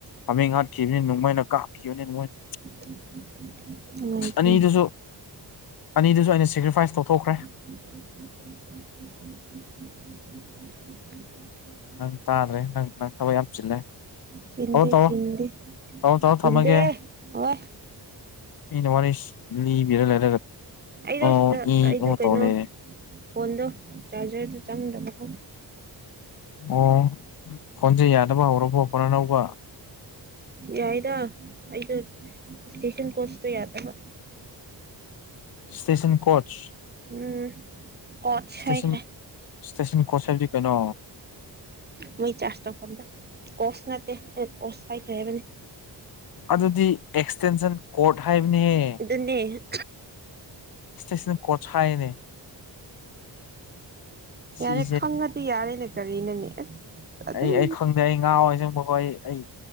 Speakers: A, on the left; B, on the right.
A: ꯍꯥꯃꯦꯡ ꯍꯥꯠꯈꯤꯕꯅꯤ ꯅꯨꯡ ꯃꯣꯏꯅ ꯀꯥꯞꯈꯤꯕꯅꯤ ꯅ ꯃꯣꯏꯅ
B: <unintelligible> ꯅꯨꯡꯉꯥꯏꯇꯣꯏꯅꯦ
A: ꯑꯅꯤꯗꯨꯁꯨ ꯑꯅꯤꯗꯨꯁꯨ ꯑꯩꯅ ꯁꯦꯀ꯭ꯔꯤꯐꯥꯏꯁ ꯇꯧꯊꯣꯛꯈ꯭ꯔꯦ
B: <unintelligible>
A: ꯅꯪ ꯇꯥꯗ꯭ꯔꯦ ꯅꯪ ꯅꯪ ꯊꯕꯛ ꯌꯥꯝ ꯆꯤꯜꯂꯦ
B: ꯆꯤꯟꯗꯦ
A: ꯇꯧꯔꯣ ꯇꯧꯔꯣ
B: ꯆꯤꯟꯗꯦ
A: ꯇꯧꯔꯣ ꯇꯧꯔꯣ
B: ꯆꯤꯟꯗꯦ
A: ꯊꯝꯃꯒꯦ
B: ꯑ
A: ꯃꯤꯅ ꯋꯥꯔꯤ ꯂꯤꯕꯤꯔ ꯂꯩꯔꯒ
B: ꯑꯩꯗꯣ
A: ꯑꯣ
B: ꯁꯤꯗ
A: ꯏ
B: ꯑꯩꯗꯣ
A: ꯑꯣ
B: ꯀꯩꯅꯣ
A: ꯇꯧ ꯂꯩꯔꯦ
B: ꯐꯣꯟꯗꯣ ꯆꯥꯔꯖꯔꯗ ꯆꯪꯗꯕ ꯀꯣ
A: ꯑꯣ ꯐꯣꯟꯖꯦ ꯌꯥꯗꯕ ꯍꯧꯔꯕꯣ ꯐꯣꯟꯅ ꯑꯅꯧꯕ
B: ꯌꯥꯏꯗ ꯑꯩꯗꯣ ꯁꯇꯦꯁꯟ ꯀꯣꯁꯇ ꯌꯥꯗꯕ
A: ꯏꯁꯇꯦꯁꯟ ꯀꯣꯆ
B: ꯎꯝ ꯀꯣꯠꯁ
A: ꯏꯁꯇꯦꯁꯟ
B: ꯍꯥꯏꯈ꯭ꯔꯦ
A: ꯏꯁꯇꯦꯁꯟ ꯀꯣꯠꯁ ꯍꯥꯏꯕꯗꯤ ꯀꯩꯅꯣ
B: ꯃꯩ ꯆꯥꯔꯖ ꯇꯧꯐꯝꯗ ꯀꯣꯁ ꯅꯠꯇꯦ ꯑꯩ ꯀꯣꯁ ꯍꯥꯏꯈ꯭ꯔꯦ ꯍꯥꯏꯕꯅꯤ
A: ꯑꯗꯨꯗꯤ ꯑꯦꯛꯁꯇꯦꯟꯁꯟ ꯀꯣꯔꯠ ꯍꯥꯏꯕꯅꯦꯍꯦ
B: ꯑꯗꯨꯅꯦ <unintelligible>
A: ꯏꯁꯇꯦꯁꯅꯦꯜ ꯀꯣꯆ ꯍꯥꯏꯅꯦ ꯁꯤꯁꯦ
B: ꯌꯥꯔꯦ ꯈꯪꯉꯗꯤ ꯌꯥꯔꯦꯅꯦ ꯀꯔꯤꯅꯣꯅꯦ ꯑꯁ ꯑꯗꯨꯝ
A: ꯑꯩ ꯑꯩ ꯈꯪꯗꯦ ꯑꯩ ꯉꯥꯎꯋꯦ ꯑꯁꯦꯡꯕ ꯑꯩ ꯑꯩ